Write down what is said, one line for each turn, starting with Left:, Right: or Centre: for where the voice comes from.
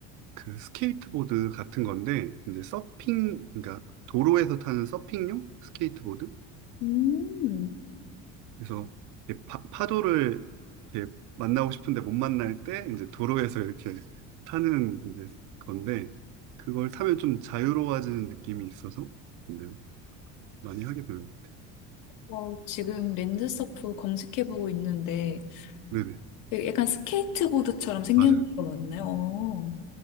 Right: 그 스케이트보드 같은 건데 이제 서핑 그러니까 도로에서 타는 서핑용 스케이트보드
Left: 음.
Right: 그래서 이렇게 파, 파도를 이렇게 만나고 싶은데 못 만날 때 이제 도로에서 이렇게 타는 이제 건데 그걸 타면 좀 자유로워지는 느낌이 있어서 이제 많이 하게 되는 것 같아요.
Left: 와, 지금 랜드서프 검색해보고 있는데
Right: 네네
Left: 되게 약간 스케이트보드처럼 생긴
Right: 맞아요.
Left: 거 맞나요? 어,